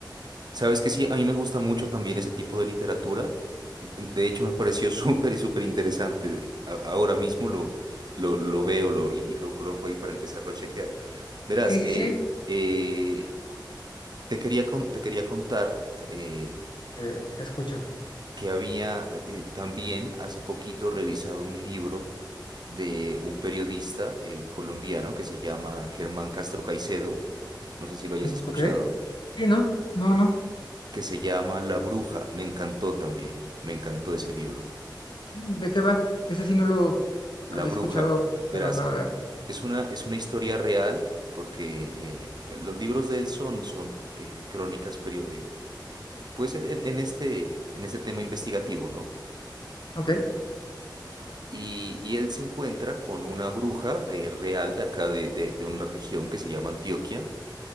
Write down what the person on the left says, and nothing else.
Sí, sí,
sí.
eh, escucho.
¿Ok? Sí, ¿no? No, no.
¿De qué va? Ese sí no lo
había
escuchado
para nada.
¿Ok?